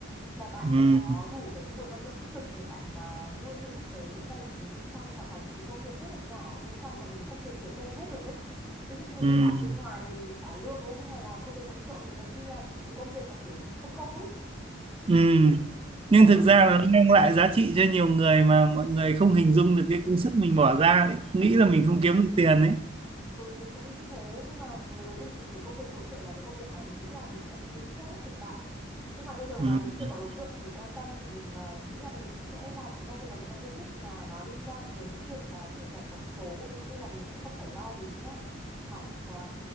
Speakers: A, in the centre; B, on the right.
A: và bạn
B: ừm,
A: phải có đủ cái nguồn năng lượng tích cực để bạn à, nuôi dưỡng cái gia đình của mình bên trong và có những cái công việc rất là nhỏ bên trong mà mình không thể kể tên hết được ấy ví dụ như mình
B: ừm,
A: đi làm bên ngoài thì mình được trả lương đúng không nhưng mà làm công việc nội trợ thì gần như là một công việc mà kiểu không công ấy
B: ừm. Nhưng
A: đấy
B: thực ra là nó mang lại giá trị cho nhiều người mà mọi người không hình dung được cái công sức mình bỏ ra, lại nghĩ là mình không kiếm được tiền ấy.
A: Ừ, mình cũng nghĩ thế nhưng mà với, với mình thì cái công việc nội trợ là cái công việc mà mình nghĩ là mình cảm thấy yêu thích nhất đấy hiện tại nhưng mà bây giờ
B: Ừm.
A: mà mình chưa có đối tượng để quan tâm thì mình ờ, nghĩ là mình cũng sẽ làm những công việc mà mình đang yêu thích mà nó liên quan đến việc ờ, về sản phẩm số ví dụ như là mình sẽ không phải lo đến ờ, hàng hóa